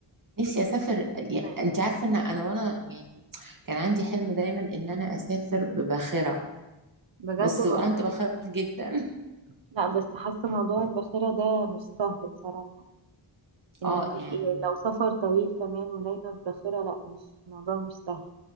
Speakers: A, on the right (about 40°); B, on the right (about 65°).
A: نفسي اسافر يعني
B: لا،
A: انت عارفة ان انا وانا يعني كان عندي حلم دايما ان انا اسافر بباخرة
B: بجد
A: بس
B: والله
A: كنت بخاف جدا <laughs>
B: لا بس حاسة موضوع الباخرة ده مش سهل بصراحة إنك
A: اه
B: تبقي
A: يعني
B: لو سفر طويل كمان ونايمة في باخرة لا مش الموضوع مش سهل